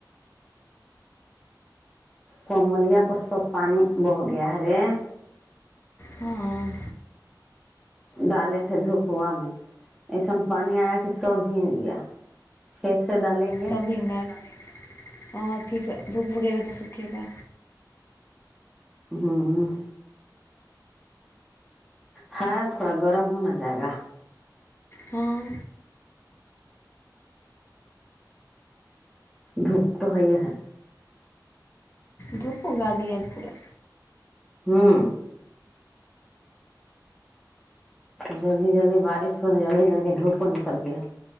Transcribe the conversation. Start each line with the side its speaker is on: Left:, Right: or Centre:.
Centre: کوملیا پرس پانی بہ گیا رے
Left: ہوں
Centre: ڈالے تھے دھوپوا میں ایسا پانی آیا کہ سو بھیگ گیا پھر سے ڈالیں گے
Left: سب پھر سے دھوپ وغیرہ میں تو سوکھے گا
Centre: ہوں ہاں تھوڑا گرم ہونا جائے گا
Left: ہاں
Centre: دھوپ تو ہے یہاں
Left: دھوپ گادیا پورے
Centre: ہوں جلدی جلدی بارش ہوئی تو جلدی جلدی دھوپ نکل گیا